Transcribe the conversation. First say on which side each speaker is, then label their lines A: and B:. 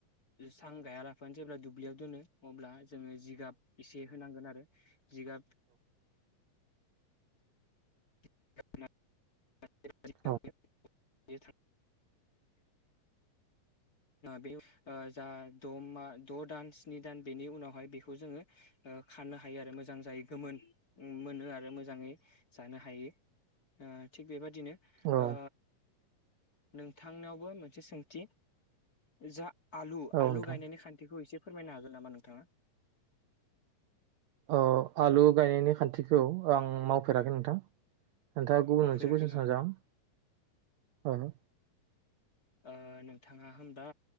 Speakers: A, on the left; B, on the right.
A: सां गायालाफानो जेब्ला दुब्लियाव दोनो अब्ला जोङो जिगाब एसे होनांगोन आरो <inaudible> जिगाब <inaudible> <inaudible> <inaudible>
B: औ
A: <unintelligible> ओ द' मा द' दान स्नि दान बेनि उनावहाय बेखौ जोङो ओ खानो हायो आरो मोजां जायो गोमोन मोनो आरो मोजाङै जानो हायो। ओ थिग बेबा दिनो
B: औ औ
A: ओ नोंथांनावबो मोनसे सोंथि जा आलु
B: औ
A: आलु
B: नोंथां
A: गायनानानै खान्तिखौ एसे फोरमायनो हागोन नामा नोंथांङा?
B: अ आलु गायनायनि खान्थिखौ आं माव फेराखै नोंथां नोंथांङा गुबुन
A: मावफेराखै
B: मोनसे कुइसन
A: न
B: सोंजागोन ओहो।
A: ओ नोंथांङा होमबा